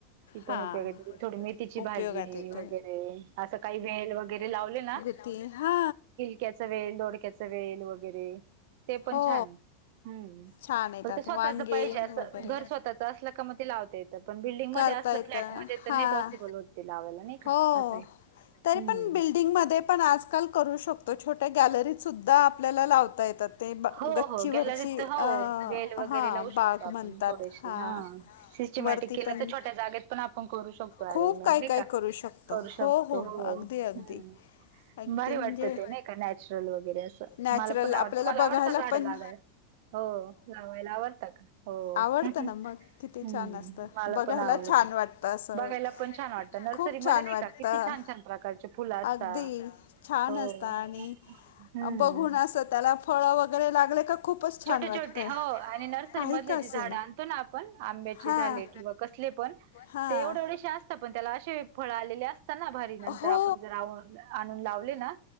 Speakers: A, on the right (about 50°); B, on the left (about 75°).
A: ती पण
B: हां
A: उपयोगाचे ती बी थोडी मेथीची
B: उपयोगात
A: भाजी
B: येते
A: वगैरे असं काही वेल वगैरे लावले ना
B: ते हा.
A: केचा वेल दोड केचा वेल वगैरे. ते पण
B: हो
A: छान हम्म
B: छान येतात
A: फक्त स्वतःच
B: वांगे
A: पाहिजे असं
B: वगैरे
A: घर मस्वतःच असलं का म ते लावता येतं पण बिल्डिंगमध्येध्ये
B: करता
A: असलं
B: येतं
A: फ्लॅटमध्ये तर
B: हां
A: नाही पॉसिबल होत. ते लावायला नाही का
B: हो
A: असं आहे.
B: तरी
A: हम्म
B: पण बिल्डिंगमध्ये आपण आजकाल करू शकतो, छोट्या गॅलरीत सुद्धा आपल्याला लावता येतात. ते ब
A: हो-हो,
B: गच्चीवरची
A: गॅलरीत तर हो,
B: अ,
A: वेल वगैरे
B: हां
A: लावू
B: बाग
A: शकतो, आपण
B: म्हणतात
A: थोडेसे
B: हां
A: हा. सिस्टमॅटिक
B: वरती
A: केलं
B: पण
A: तर छोट्या जागेत पण आपण करू शकतो
B: खूप
A: अरेंजमेंट
B: काय
A: नई
B: काय
A: का?
B: करू शकतो
A: करू शकतो
B: हो
A: हो.
B: अगदी अगदी
A: हम्म.
B: अगदी
A: भारी
B: म्हणजे
A: वाटतं ते नाही का नॅचरल वगैरे असं,
B: नॅचरल
A: मला पण
B: आपल्याला
A: आवडतं. तुम्हाला
B: बघायला
A: आवडत झाडे
B: पण
A: लावायला? हो. लावायला आवडत का? हो.
B: आवडतं
A: हम्म,
B: ना मग किती छान असतं
A: मला
B: बघायला
A: पण आवडत.
B: छान वाटतं असं
A: बघायला पण छान वाटतं, नर्सरी
B: खूप छान
A: मध्ये नाही
B: वाटतं
A: का किती छान-छान प्रकारचे फुलं असतात.
B: अगदी छान
A: होय.
B: असतं आणि
A: <inaudible> हम्म.
B: बघून असं त्याला फळं वगैरे लागले का खूपच छान
A: छोटे-छोटे
B: वाटतं
A: हो आणि नर्सरी
B: काही
A: मधले
B: का
A: जे
B: असे
A: झाडं आणतो ना आपण, आंब्याचे
B: हां
A: झाले किंवा कस कुठले पण
B: हां
A: ते येवढे येवढेशे असतात, पण त्याला अशे फळं आलेले असतात ना भारी नंतर
B: हो
A: आपण जर आ- आणून लावले ना